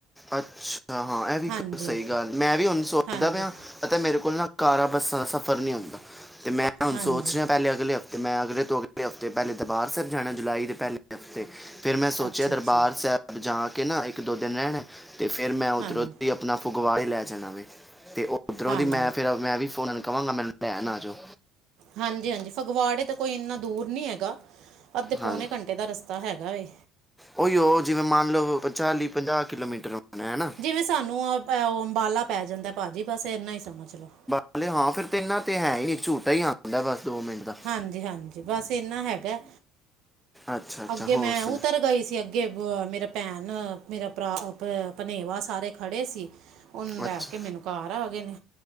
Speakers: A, in the centre; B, on the right.
A: ਅੱਛਾ, ਹਾਂ ਐਹ ਵੀ ਇੱਕ
B: ਹਾਂਜੀ
A: ਸਹੀ ਗੱਲ, ਮੈਂ ਵੀ ਹੁਨ ਸੋਚਦਾ
B: ਹਾਂਜੀ
A: ਪਿਆ ਪਤਾ, ਮੇਰੇ ਕੋਲ ਨਾ ਕਾਰਾਂ - ਬੱਸਾਂ ਦਾ ਸਫ਼ਰ ਨੀ ਹੁੰਦਾ, ਅਤੇ ਮੈ ਹੁਣ
B: ਹਾਂਜੀ
A: ਸੋਚ ਰਿਹਾ, ਪਹਿਲੇ ਅਗਲੇ ਹਫ਼ਤੇ 'ਤੇ ਮੈਂ ਅਗਲੇ ਤੋਂ ਅਗਲੇ ਹਫਤੇ ਪਹਿਲੇ ਦਰਬਾਰ ਸਾਹਿਬ ਜਾਣੈ, ਜੁਲਾਈ ਦੇ ਪਹਿਲੇ ਹਫ਼ਤੇ ਫਿਰ ਮੈਂ ਸੋਚਿਆ,
B: ਅੱਛਾ
A: ਦਰਬਾਰ
B: ਅੱਛਾ
A: ਸਾਹਿਬ ਜਾ ਕੇ ਨਾ ਇੱਕ - ਦੋ ਦਿਨ ਰਹਿਣਾ। ਤੇ ਫਿਰ ਮੈਂ ਉੱਧਰੋਂ
B: ਹਾਂਜੀ
A: ਦੀ ਆਪ ਅਪਣਾ ਫਗਵਾੜੇ ਲੈ ਜਾਣਾ ਵੇ, ਤੇ ਓਧਰੋਂ
B: ਹਾਂਜੀ
A: ਦੀ ਮੈਂ ਫਿਰ ਮੈਂ ਵੀ ਫੋਨ ਕਵਾਂਗਾ, ਮੈਨੂੰ ਲੈਣ ਆ ਜਓ।
B: ਹਾਂਜੀ ਹਾਂਜੀ, ਫਗਵਾੜੇ ਤਾਂ ਕੋਈ ਇੰਨਾ ਦੂਰ ਨੀ ਹੈਗਾ, ਅੱਧੇ -
A: ਹਾਂ
B: ਪੌਨੇ ਘੰਟੇ ਦਾ ਰਸਤਾ ਹੈਗਾ ਏ।
A: ਓਹੀ, ਓਹ ਜਿਵੇਂ ਮੰਨ ਲਓ, ਪੰ ਚਾਲੀ- ਪੰਜਾਹ ਕਿਲੋਮੀਟਰ ਹੋਣੈ, ਹੈ ਨਾ।
B: ਕਿਵੇਂ, ਸਾਨੂੰ ਓ ਅੰਬਾਲਾ ਪੈ ਜਾਂਦੈ ਭਾਜੀ, ਬਸ ਏਨਾ ਈ ਸਮਝ ਲੋੋ।
A: ਹਲੇ ਹਾਂ ਫੇਰ ਤੇ ਏਨਾਂ ਤੇ ਹੈ ਈ ਨੀ ਇੱਕ ਝੂਟਾ ਈ ਆਂਦਾ ਬਸ ਦੋ ਮਿੰਟ ਦਾ।
B: ਹਾਂਜੀ-ਹਾਂਜੀ ਬਸ ਏਨਾ ਹੈਗਾ ਏ,
A: ਅੱਛਾ ਅੱਛਾ
B: ਅੱਗੇ
A: ਹੋਰ
B: ਮੈਂ
A: ਸੁਣ
B: ਉਤਰ ਗਈ ਸੀ ਅੱਗੇ। ਅੱਗੇ ਮੇਰਾ ਭੈਣ, ਮੇਰਾ ਭਰਾ, ਭਨੇਵਾ ਸਾਰੇ ਖੜੇ ਸੀ। ਓਨੂੰ ਲੈ
A: ਅੱਛਾ
B: ਕੇ ਮੈਨੂੰ ਘਰ ਆ ਗਏ ਨੇ,